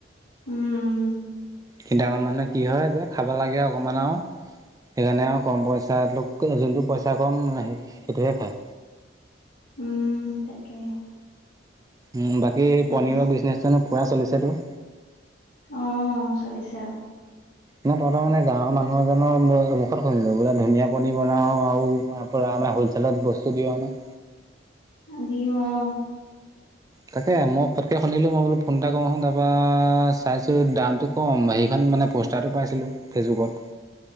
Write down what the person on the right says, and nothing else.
<unintelligible> মানে কি হয়, যে খাবা লাগে অকমান আৰু। সেইকাৰণে আৰু কম পইচা লোকে জোনটো পইচা কম, সেইটোহে খায়।
উম, বাকী
পনীৰৰ বিজনেচনো পুৰা চলিছে তোৰ।
মানে তহঁতৰ মানে গাঁৱৰ মানুহ এজনৰ মু-মুখত শুনিলোঁ, বোলে ধুনীয়া পনীৰ বনাৱ আৰু <inaudible> আমাৰ হ'লচেলত বস্তু দিয় হেনো।
তাকে, মই ফটকে শুনিলোঁ, মই বোলোঁ ফোন এটা কৰো <unintelligible> তাৰপা চাইছোঁ দামটো কম, হেৰিখন উম, মানে প'ষ্টাৰটো পাইছিলোঁ, ফেচবুকত।